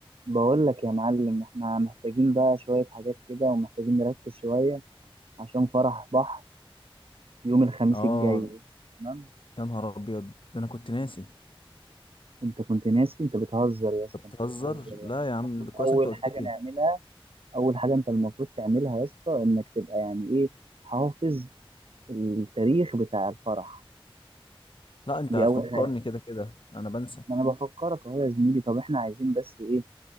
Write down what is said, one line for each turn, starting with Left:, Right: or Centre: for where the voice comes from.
Right: بقول لك يا معلم احنا محتاجين بقى شوية حاجات كده ومحتاجين نركز شوية عشان فرح بحر يوم الخميس
Left: اه
Right: الجاي تمام
Left: يا نهار ابيض ده انا كنت ناسي
Right: انت كنت ناسي انت بتهزر يا اسطى
Left: انت
Right: انت
Left: بتهزر
Right: بتهزر يعني
Left: لا يا عم
Right: المفروض
Left: ده كويس
Right: اول
Left: انت قلت
Right: حاجة
Left: لي
Right: نعملها اول حاجة انت المفروض تعملها يا اسطى انك تبقى يعني ايه حافظ التاريخ بتاع الفرح
Left: لا انت
Right: دي
Left: هتفكرني
Right: اول حاجة
Left: كده كده انا بنسى
Right: ما انا بفكرك اهو يا زميلي طب احنا عايزين بس ايه